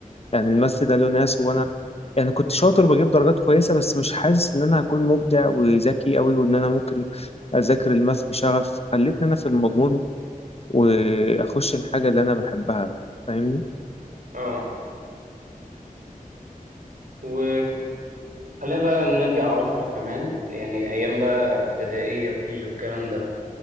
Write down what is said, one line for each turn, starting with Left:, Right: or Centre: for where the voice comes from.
Left: يعني الماث ده له ناس وأنا يعني كنت شاطر بجيب درجات كويسة بس مش حاسس إن أنا هكون مبدع وذكي أوي وإن أنا ممكن أذاكر الماث بشغف خلتني أنا في المضمون وأخش الحاجة اللي أنا بحبها فاهمني؟
Right: اه و خلينا بقى نرجع ورا شويه كمان يعني ايام بقى ابتدائيه وكيجي والكلام ده